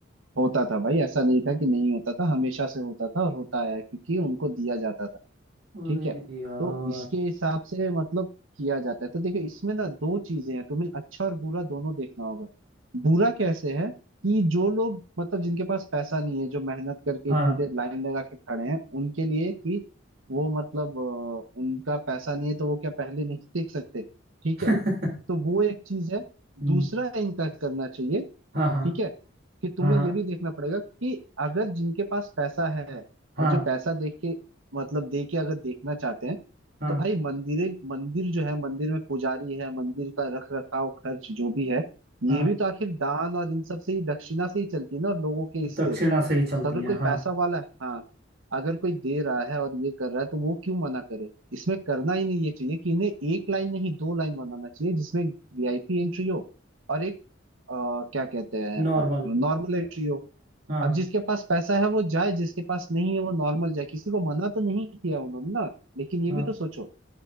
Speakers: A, on the right; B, on the right.
A: होता था भाई ऐसा नहीं था कि नहीं होता था हमेशा से होता था और होता आया है, क्योंकि उनको दिया जाता था
B: अरे
A: ठीक है
B: यार
A: तो इसके हिसाब से मतलब किया जाता है तो देखो इसमें ना दो चीजें हैं तुम्हें अच्छा और बुरा दोनों देखना होगा बुरा कैसे है कि जो लोग मतलब जिनके पास पैसा नहीं है जो मेहनत करके
B: हाँ
A: इतनी देर लाइन लगा के खड़े हैं उनके लिए कि वो मतलब अ, उनका पैसा नहीं है तो वो क्या पहले नहीं देख सकते ठीक
B: <laughs>
A: है तो वो एक चीज है
B: हम्म,
A: दूसरा इनका करना चाहिए
B: हाँ हाँ
A: ठीक है कि तुम्हें
B: हाँ
A: ये भी देखना पड़ेगा कि अगर जिनके पास पैसा है
B: हाँ
A: और जो पैसा देख के मतलब दे के अगर देखना चाहते हैं
B: हाँ
A: तो
B: हाँ
A: भाई मंदिर मंदिर जो है मंदिर में पुजारी है मंदिर का रख रखाव खर्च जो भी है ये
B: हाँ
A: भी तो आखिर दान और इन सब से ही दक्षिणा से ही चलती है ना और लोगों के इससे
B: दक्षिणा से ही चलती
A: तो अगर
B: है
A: कोई
B: हाँ
A: पैसा वाला है हाँ अगर कोई दे रहा है और ये कर रहा है तो वो क्यों मना करे इसमें करना ही नहीं ये चाहिए कि इन्हें एक लाइन नहीं दो लाइन बनाना चाहिए जिसमें वीआईपी एंट्री हो और एक आ, क्या कहते हैं
B: नॉर्मल
A: नॉर्मल एंट्री हो
B: हाँ
A: अब जिसके पास पैसा है वो जाए जिसके पास नहीं है वो नॉर्मल जाए किसी को मना तो नहीं किया उन्होंने ना लेकिन ये
B: हाँ
A: भी तो सोचो